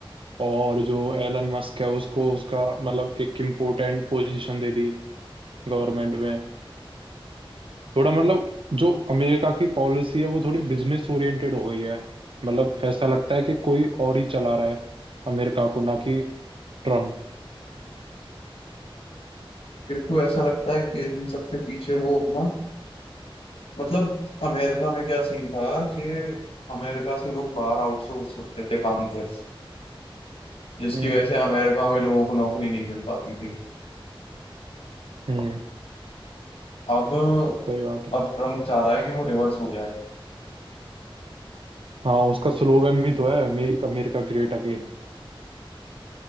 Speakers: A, on the right; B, on the left.
A: और जो एलन मस्क है उसको उसका मतलब एक इम्पोर्टेंट पोजीशन दे दी गवर्नमेंट में थोड़ा मतलब जो अमेरिका की पॉलिसी है वो थोड़ी बिजनेस ओरिएंटेड हो गई है मतलब ऐसा लगता है कि कोई और ही चला रहा है अमेरिका को ना कि ट्रम्प
B: मेरे को ऐसा लगता है कि इन सबसे पीछे वो अपना मतलब अमेरिका में क्या सीन था कि अमेरिका से लोग बाहर आउटसोर्स करते थे काम पे जिसकी
A: हम्म
B: वजह से अमेरिका में लोगों को नौकरी नहीं मिल पाती थी
A: हम्म
B: अब
A: सही बात
B: अब
A: है
B: ट्रम्प चाह रहा है कि वो रिवर्स हो जाए
A: हाँ उसका स्लोगन भी तो है मेक अमेरिका ग्रेट अगेन